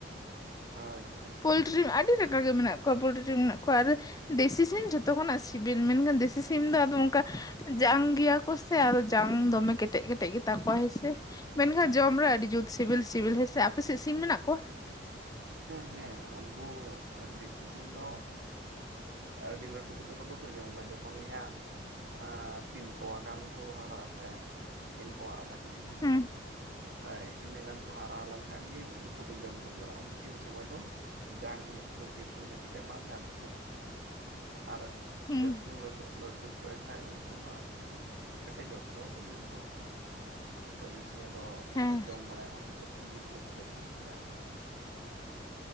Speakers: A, on the right; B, on the left.
A: ᱦᱳᱭ ᱦᱳᱭ
B: ᱯᱳᱞᱴᱨᱤᱢ ᱟᱹᱰᱤ ᱞᱮᱠᱟᱜᱮ ᱢᱮᱱᱟᱜ ᱠᱚᱣᱟ ᱯᱳᱞᱴᱨᱤ ᱥᱤᱢ ᱢᱮᱱᱟᱜ ᱠᱚᱣᱟ ᱟᱨ ᱫᱮᱥᱤ ᱥᱤᱢ ᱡᱷᱚᱛᱚ ᱠᱷᱚᱱᱟᱜ ᱥᱤᱵᱤᱞ ᱢᱮᱱᱠᱷᱟᱱ ᱫᱮᱥᱤ ᱥᱤᱢ ᱫᱚ ᱟᱫᱚ ᱚᱱᱠᱟ ᱡᱟᱝ ᱜᱮᱭᱟ ᱠᱚ ᱥᱮ ᱟᱫᱚ ᱡᱟᱝ ᱫᱚᱢᱮ ᱠᱮᱴᱮᱡ ᱠᱮᱴᱮᱡ ᱜᱮᱛᱟ ᱠᱚᱣᱟ ᱦᱮᱸ ᱥᱮ, ᱢᱮᱱᱠᱷᱟᱱ ᱡᱚᱢ ᱨᱮ ᱟᱹᱰᱤ ᱡᱩᱛ ᱥᱤᱵᱤᱞ ᱥᱤᱵᱤᱞ ᱦᱮᱸᱥᱮ ᱟᱯᱮᱥᱮᱫ ᱥᱤᱢ ᱢᱮᱱᱟᱜ ᱠᱚᱣᱟ
A: ᱦᱮᱸ ᱦᱮᱸ ᱩᱱᱠᱩ ᱰᱮᱥᱤ ᱥᱤᱢ ᱫᱚ ᱟᱹᱰᱤ ᱞᱟᱹᱴᱩ ᱠᱟᱛᱮᱫ ᱫᱚ ᱵᱟᱠᱚ ᱡᱚᱢ ᱠᱚᱣᱟ ᱡᱚᱠᱷᱚᱱ ᱜᱮ ᱦᱟᱸᱜ, ᱟᱸᱻ ᱛᱤᱱ ᱯᱚᱣᱟ ᱜᱟᱱ ᱠᱚ ᱦᱟᱨᱟᱜᱼᱟ ᱥᱮ ᱛᱤᱱ ᱯᱚᱣᱟ ᱟᱫᱷᱟ ᱠᱮᱡᱤ
B: ᱦᱩᱸ
A: ᱦᱳᱭ ᱤᱱᱟᱹᱜ ᱜᱟᱱ ᱠᱚ ᱦᱟᱨᱟ ᱞᱮᱱᱠᱷᱟᱱ ᱜᱮ ᱩᱱᱠᱩ ᱫᱚ ᱡᱚᱢ ᱠᱚ ᱡᱚᱲᱟᱜ ᱩᱱ ᱥᱚᱢᱚᱭ ᱫᱚ ᱡᱟᱝ ᱤᱱᱟᱹᱜ ᱠᱚ ᱡᱤᱞ ᱠᱚ ᱤᱱᱟᱹᱜ ᱠᱟᱛᱮ ᱵᱟᱝ ᱛᱟᱦᱮᱱ ᱛᱟᱠᱚᱣᱟ, ᱟᱨ
B: ᱦᱩᱸ
A: ᱡᱟᱹᱥᱛᱤ ᱞᱟᱴᱩ ᱞᱟᱹᱴᱩ ᱦᱚᱪᱚᱭ ᱠᱷᱟᱡ ᱩᱱᱠᱩ ᱢᱟ ᱠᱮᱴᱮᱡᱚᱜ ᱛᱟᱠᱚᱣᱟ ᱥᱮ ᱡᱤᱞ ᱠᱚ ᱦᱚᱭ ᱩᱱ ᱥᱩᱚᱢᱟᱹᱭ ᱫᱚ
B: ᱦᱮᱸ
A: ᱡᱚᱢ ᱵᱟᱲᱟᱭ ᱦᱚᱸ ᱠᱮᱴᱮᱡ ᱡᱤᱞ ᱠᱚ ᱠᱮᱴᱮᱡ ᱜᱮ, <inaudible>